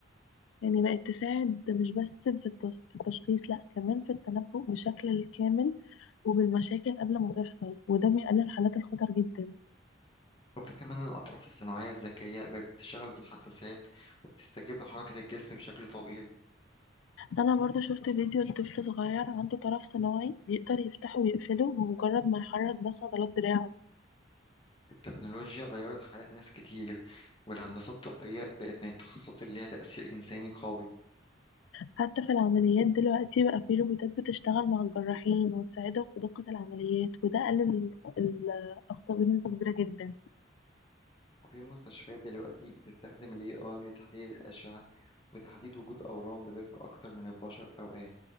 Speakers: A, on the left; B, on the left.
A: يعني بقت تساعد مش بس في التش- في التشخيص لا كمان في التنبؤ بشكل الكامل وبالمشاكل قبل ما تحصل وده بيقلل حالات الخطر جدا
B: وفي كمان الأطراف الصناعية الذكية بقت بتشتغل بالحساسات وبتستجيب لحركة الجسم بشكل طبيعي
A: انا برضو شفت فيديو لطفل صغير عنده طرف صناعي بيقدر يفتحه ويقفله بمجرد ما يحرك بس عضلات دراعه
B: التكنولوجيا غيرت حياة ناس كتير والهندسة الطبية بقت من التخصصات اللي ليها تأثير إنساني قوي
A: حتى في العمليات دلوقتي بقى في روبوتات بتشتغل مع الجراحين وتساعدهم في دقة العمليات وده قلل ال- الأخطاء بنسبة كبيرة جدا
B: وفي مستشفيات دلوقتي بتستخدم ال AI لتحليل الأشعة وتحديد وجود أورام بدقة أكتر من البشر أوقات